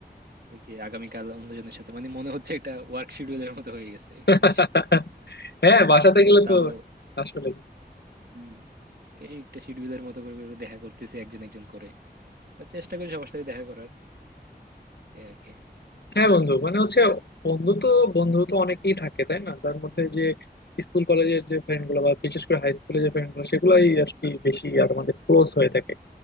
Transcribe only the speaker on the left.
<laughs>
হ্যাঁ বাসাতে গেলে
তো আসলে
হ্যাঁ বন্ধু মানে হচ্ছে বন্ধু তো বন্ধু তো অনেকেই থাকে তাই না তার মধ্যে যে স্কুল কলেজের যে ফ্রেন্ড গুলো বা বিশেষ করে হাই স্কুলের যে ফ্রেন্ড গুলো সেগুলাই আর কি বেশি আর আমাদের ক্লোজ হয়ে থাকে